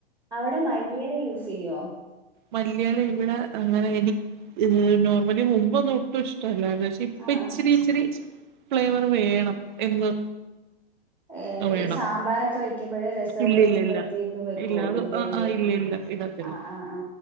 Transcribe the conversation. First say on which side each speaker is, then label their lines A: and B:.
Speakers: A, on the right (about 15°); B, on the right (about 55°).
A: അവിടെ മല്ലിയില യൂസ് ചെയ്യോ
B: മല്ലയല ഇവിടെ അങ്ങനെ എനി ഇത് നോർമലി മുമ്പൊ ഒ ഒട്ടും ഇഷ്ട അല്ല അ ഇപ്പ
A: ആഹ്
B: ഇച്ചിരി
A: ആഹ്
B: ഇച്ചിരി ഫ്ലേവർ വേണം എന്ന്
A: ഏഹ്
B: വേണം
A: ഈ സാമ്പാറൊക്കെ വെക്കുമ്പോഴ് രസമൊക്കെ
B: ഇല്ലല്ലല്ല
A: വെക്കുമ്പോഴത്തേക്കും വെക്കുവോ
B: ഇല്ല അത്
A: ഇല്ലല്ലേ
B: ആഹ് ഇല്ല ഇല്ല ഇത് <unintelligible>
A: ആഹ് ആഹ്